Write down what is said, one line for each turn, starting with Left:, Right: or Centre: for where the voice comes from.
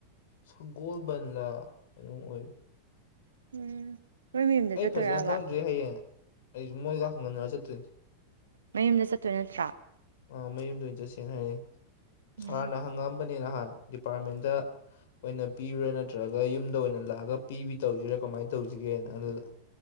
Left: ꯁꯒꯣꯜꯕꯟꯂꯥ ꯑꯗꯨꯝ ꯑꯣꯏ
Right: ꯎꯝ ꯅꯣꯏ ꯃꯌꯨꯝꯗ
Left: ꯑꯩ
Right: ꯆꯠꯇꯣꯏꯔꯕ
Left: ꯐꯖꯅ ꯈꯪꯗ꯭ꯔꯤ ꯍꯥꯌꯦꯡ ꯑꯩꯁꯨ ꯃꯣꯏꯒ ꯍꯪꯒꯅ꯭ꯔ ꯆꯠꯇꯣꯏꯅꯦ
Right: ꯃꯌꯨꯝꯗ ꯆꯠꯇꯣꯏ ꯅꯠꯇ꯭ꯔꯥ
Left: ꯑꯥ ꯃꯌꯨꯝꯗ ꯑꯣꯏ ꯆꯠꯁꯦꯅ ꯍꯥꯏꯔꯑꯦ
Right: ꯎꯝ
Left: ꯁꯥꯔꯅ ꯍꯪꯉꯛꯑꯝꯕꯅꯦ ꯅꯍꯥꯟ ꯗꯤꯄꯥꯔꯠꯃꯦꯟꯗ ꯑꯣꯏꯅ ꯄꯤꯕꯔꯥ ꯅꯠꯇ꯭ꯔꯒ ꯌꯨꯝꯗ ꯑꯣꯏꯅ ꯂꯥꯛꯑꯒ ꯄꯤꯕꯤ ꯇꯧꯖꯤꯔꯥ ꯀꯃꯥꯏ ꯇꯧꯖꯤꯒꯦꯅ ꯑꯗꯨꯗ